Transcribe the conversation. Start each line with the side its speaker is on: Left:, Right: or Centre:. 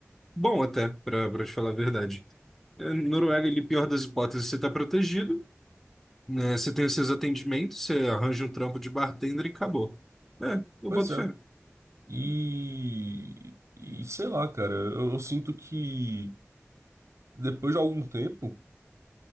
Centre: bom até, pra, pra te falar a verdade. É, Noruega, ele, pior das hipóteses, você tá protegido, né? Você tem os seus atendimentos, você arranja um trampo de bartender e acabou. É, eu
Right: Pois
Centre: boto
Right: é.
Centre: fé.
Right: E, e sei lá, cara, eu, eu sinto que depois de algum tempo,